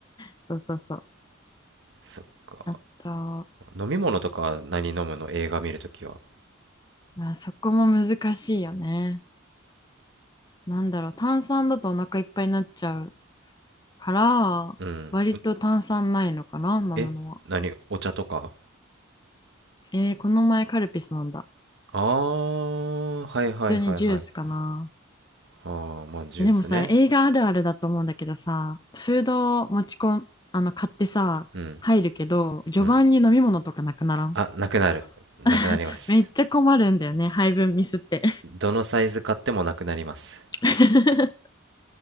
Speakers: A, on the left; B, on the right.
A: そうそうそう。
B: そっか。
A: あと、
B: 飲み物とかは何飲むの映画見るときは。
A: まあ、そこも難しいよね。なんだろう、炭酸だとお腹いっぱいになっちゃうから、
B: うん。
A: 割と炭酸ないのかな、飲むのは。
B: え何お茶とか
A: えー、この前カルピス飲んだ。
B: あー、はいはいはいはい。
A: 普通にジュースかな。
B: あー、まあ、ジュースね。
A: えでもさ、映画あるあるだと思うんだけどさ、フードを持ち込ん、あの、買ってさ、
B: うん、
A: 入るけど、序盤に飲み物とかなくならん
B: うん。あ、なくなる。なくなります。
A: <laughs> めっちゃ困るんだよね、配分ミスって。
B: どのサイズ買ってもなくなります。
A: <laughs>